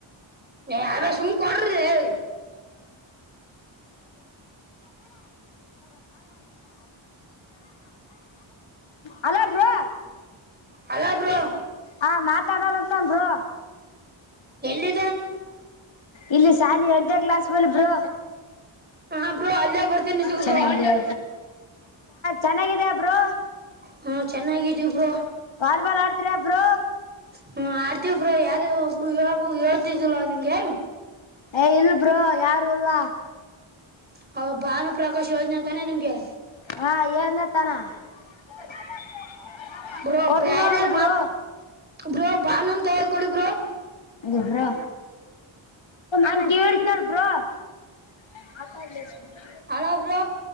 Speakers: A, on the right (about 20°); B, on the left (about 65°).
A: ಅ ಸುಮ್ ಕೊಡ್ರ. ತ್ತ <inaudible>
B: ಹಲೋ ಬ್ರೋ.
A: Hello bro.
B: ಹ ಮಾತಾಡ್ಲತನ್ ಅಂತ ಬ್ರೋ.
A: ಎಲ್ಲಿ.
B: ಇಲ್ಲಿ ಶಾಲಿ ಎಂಟ ನೆ ಕ್ಲಾಸ್ ಬ್ರೋ
A: ಹಾ ಬ್ರೋ ಅಲ್ಲೇ ಬರ್ತೀನಿ ನಿಂತ್ಕೋ
B: ಚೆನ್ನಾಗಿ
A: ಬ್ರೋ
B: ಇದೀಯಾ. ಚೆನ್ನಾಗಿದೆಯಾ ಬ್ರೋ.
A: ಹಾ ಚೆನ್ನಾಗಿದ್ದೇವಿ ಬ್ರೋ.
B: ವಾಲಿಬಾಲ್ ಆಡತಿರ ಬ್ರೋ.
A: ಹ್ಮ ಆಡ್ತೀವಿ ಬ್ರೋ ಯಾರ ಒಬ್ಬರು ಇಕು ಇ <inaudible> ಜುಲ ನಿಗೆ ಎ್ <unintelligible>
B: ಏನ್ ಇಲ್ಲ ಬ್ರೋ ಯಾರು ಇಲ್ಲ.
A: ಹ ಭಾನುಪ್ರಕಾಶ್ ಯೋಜನೆ ತಾನೆ ನಿಮ್ಗೆ.
B: ಹಾ ಏನ <unintelligible>
A: ಬ್ರೋ
B: ಕೊಡ್ತ
A: ಬ್ಯಾರೆ
B: ನೋಡ್ ಬ್ರೋ
A: ಮತ್. ಬ್ರೋ ಬಾನು ಕೈ ಯಾಗ ಕೊಡಿ ಬ್ರೋ
B: ಅದು ಬ್ರೋ ಅಂಗೆ ಇಡ್ತೀನಿ ಬ್ರೋ. <unintelligible>
A: Hello bro.